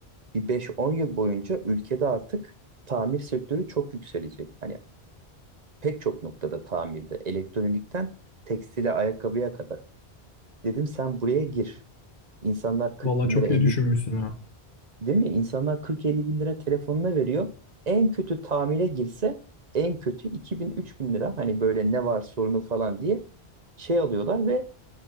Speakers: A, on the right; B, on the left.
A: Bir beş on yıl boyunca ülkede artık tamir sektörü çok yükselecek. Hani pek çok noktada tamirde, elektronikten tekstile, ayakkabıya kadar. Dedim sen buraya gir. İnsanlar 40
B: Valla
A: bin
B: çok
A: lira 50
B: iyi düşünmüşsün ha.
A: değil mi? İnsanlar 40-50 bin lira telefonuna veriyor. En kötü tamire girse en kötü 2000 bin lira hani böyle ne var sorunu falan diye şey alıyorlar ve